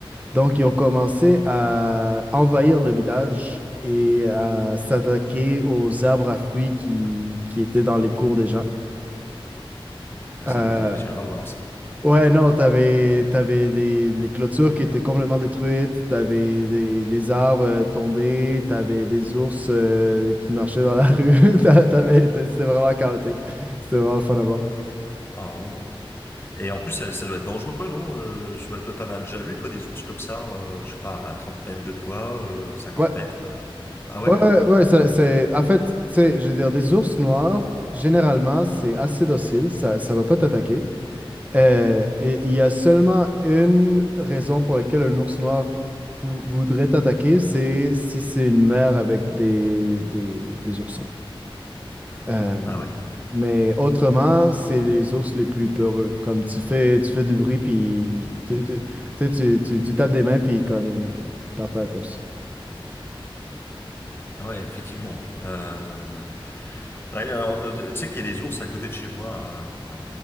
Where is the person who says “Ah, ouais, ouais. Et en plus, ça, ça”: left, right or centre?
Left